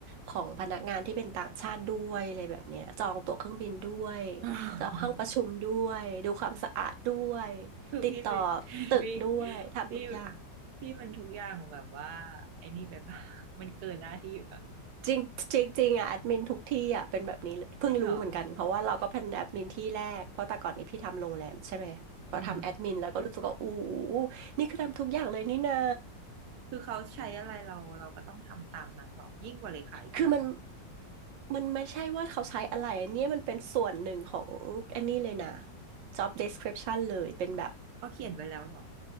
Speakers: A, on the right; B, on the right.
A: ของพนักงานที่เป็นต่างชาติด้วยอะไรแบบเนี้ยจองตั๋วเครื่องบินด้วย
B: <laughs>
A: จองห้องประชุมด้วยดูความสะอาดด้วย
B: คือพี่ไป
A: ติดต่อตึกด้วยทำทุกอย่าง
B: พี่พี่พี่มันทุกอย่างแบบว่าไอ้นี่ไปปะมันเกินหน้าที่ปะ
A: จริงจริงจริงอ่ะแอดมินทุกที่อ่ะเป็นแบบนี้เลยเพิ่งรู้เหมือนกันเพราะว่าเราก็เป็นแอดมินที่แรกเพราะแต่ก่อนนี้พี่ทำโรงแรมใช่ไหมพอทำแอดมินแล้วก็รู้สึกว่าอู้
B: จริงเหรออืม
A: นี่คือทำทุกอย่างเลยนี่นา
B: คือเขาใช้อะไรเราเราก็ต้องทำตามนั้นเหรอ ยิ่งกว่าเลขาอีกนะ
A: <laughs> คือมันมันไม่ใช่ว่าเขาใช้อะไรอันเนี้ยมันเป็นส่วนหนึ่งของอันนี้เลยนะ job description เลยเป็นแบบ
B: เขาเขียนไว้แล้วเหรอ